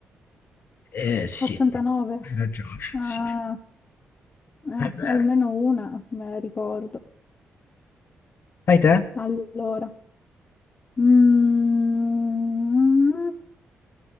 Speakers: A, on the left; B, on the left.
A: Eh, sì,
B: 89.
A: hai ragione,
B: Ah,
A: sì,
B: eh,
A: è vero.
B: almeno una me la ricordo.
A: Fai te?
B: Allora. Mm,